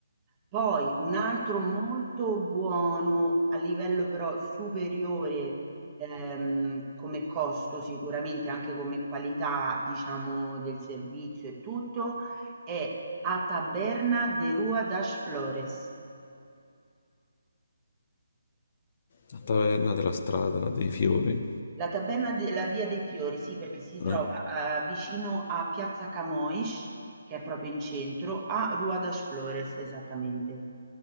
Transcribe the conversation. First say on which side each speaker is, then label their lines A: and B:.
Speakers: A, on the right; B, on the left.
A: Poi un altro molto buono a livello però superiore ehm, come costo sicuramente anche come qualità diciamo del servizio e tutto è a Taberna de Rua das Flores
B: La taverna della strada dei fiori.
A: La taberna della Via dei Fiori, sì, perché si
B: Eh.
A: trova, uhm, vicino a piazza Camões, che è proprio in centro, a Rua das Flores, esattamente.